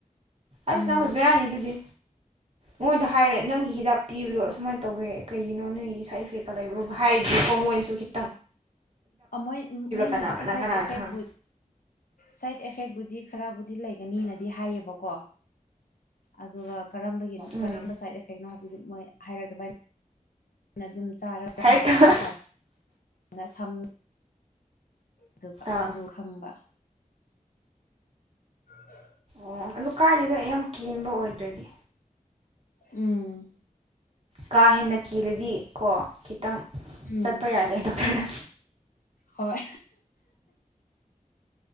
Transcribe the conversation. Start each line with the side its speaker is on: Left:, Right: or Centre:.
Left: ꯎꯝ
Right: ꯑꯁ ꯅꯪ ꯕꯤꯔꯥꯅꯤꯗꯨꯗꯤ ꯃꯣꯏꯗ ꯍꯥꯏꯔꯦ ꯅꯪꯒꯤ ꯍꯤꯗꯥꯛ ꯄꯤꯕꯗꯣ ꯑꯁꯨꯃꯥꯏꯅ ꯇꯧꯋꯦ ꯀꯩꯒꯤꯅꯣ ꯅꯣꯏꯒꯤ ꯁꯥꯏꯠ ꯏꯐꯦꯛꯀ ꯂꯩꯕ꯭ꯔꯣꯕ ꯍꯥꯏꯔꯗꯤꯀꯣ ꯃꯣꯏꯅꯁꯨ ꯈꯤ
Left: ꯃꯣꯏ ꯃꯣꯏꯅꯕꯨꯗꯤ
Right: ꯀꯅꯥ ꯀꯅꯥ
Left: ꯁꯥꯏꯠ
Right: ꯀꯅꯥꯅ
Left: ꯑꯦꯐꯦꯛ
Right: ꯈꯪ
Left: ꯁꯥꯏꯠ ꯑꯦꯐꯦꯛꯕꯨꯗꯤ ꯗꯤ ꯈꯔꯕꯨꯗꯤ ꯂꯩꯒꯅꯤꯅꯗꯤ ꯍꯥꯏꯌꯦꯕꯀꯣ ꯑꯗꯨꯒ ꯀꯔꯝꯕꯒꯤ
Right: ꯎꯝ
Left: ꯀꯔꯝꯕ ꯁꯥꯏꯠ ꯏꯐꯦꯛꯅꯣ ꯍꯥꯏꯕꯗꯨꯗꯤ ꯃꯣꯏ ꯍꯥꯏꯔꯛꯇꯕꯩꯅꯦ ꯑꯗꯨꯝ ꯆꯥꯔꯒ
Right: ꯍꯥꯏꯔꯛꯇꯕ
Left: ꯐꯒꯠꯂꯛꯄ ꯀꯥꯟ ꯑꯗꯨꯅ ꯁꯝ ꯑꯗꯨ
Right: ꯑꯥ
Left: ꯑꯗꯨ ꯈꯪꯕ ꯑ <inaudible>
Right: ꯑꯣ ꯑꯗꯨ ꯀꯥꯏꯗꯦꯗ ꯌꯥꯝ ꯀꯦꯟꯕ ꯑꯣꯏꯗ꯭ꯔꯗꯤ
Left: ꯎꯝ
Right: ꯀꯥ ꯍꯦꯟꯅ ꯀꯦꯜꯂꯗꯤ ꯀꯣ ꯈꯤꯇꯪ
Left: ꯎꯝ
Right: ꯆꯠꯄ ꯌꯥꯔꯦ ꯗꯣꯛꯇꯔꯗ
Left: ꯍꯣꯏ